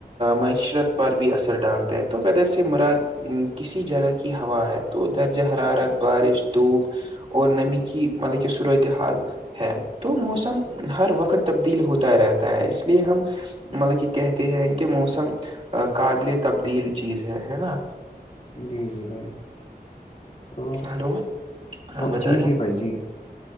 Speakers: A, on the right; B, on the left.
A: معیشرت پر بھی اثر ڈالتا ہے تو ودر سے مراد کسی جگہ کی ہوا ہے تو درجہ حرارت بارش دھوپ اور نمی کی مطلب کہ صورت حال ہے تو موسم ہر وقت تبدیل ہوتا رہتا ہے اس لیے ہم مطلب یہ کہتے ہیں کہ موسم قابل تبدیل چیز ہے ہے نا
B: جی جی بھائی تو
A: ہلو ہاں بتائیے
B: جی جی بھائی جی